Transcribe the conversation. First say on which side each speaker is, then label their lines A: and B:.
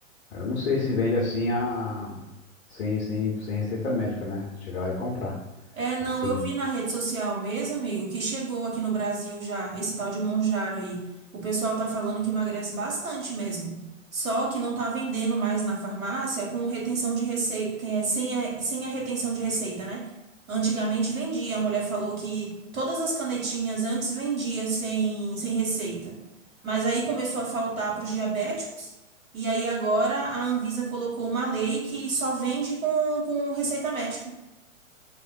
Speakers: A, on the left; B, on the right.
A: Eu não sei se vende assim a... sem, sem, sem receita médica, né? Chegar lá e comprar.
B: É, não,
A: Ou precisa
B: eu
A: de.
B: vi na rede social mesmo, amigo, que chegou aqui no Brasil já, esse tal de Monjaro aí. O pessoal tá falando que emagrece bastante mesmo. Só que não tá vendendo mais na farmácia com retenção de receita, é, sem a, sem a retenção de receita, né? Antigamente vendia, a mulher falou que todas as canetinhas antes vendia sem, sem receita. Mas aí começou a faltar para os diabéticos, e aí agora a Anvisa colocou uma lei que só vende com, com receita médica.